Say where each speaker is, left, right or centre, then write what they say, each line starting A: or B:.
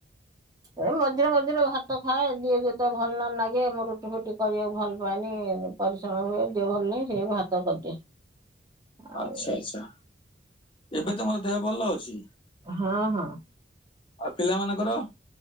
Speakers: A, on the right; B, on the left.
A: ଏ ମଝିରେ ମଝିରେ ଭାତ ଖାଏ, ଦିହ ଯେତେବେଳେ ଭଲ ନ ଲାଗେ ମୁଁ ରୁଟି ଫୁଟି କରିବାକୁ ଭଲ ପାଏନି। ପରିଶ୍ରମ ହୁଏ ଦିହ ଭଲ ନାହିଁ ସେଏ ଭାତ କରିଦିଏ। ଆଉ
B: ଆଚ୍ଛା ଆଚ୍ଛା ଏବେ ତମର ଦେହ ଭଲ ଅଛି?
A: ହଁ ହଁ।
B: ଆଉ ପିଲା ମାନଙ୍କର?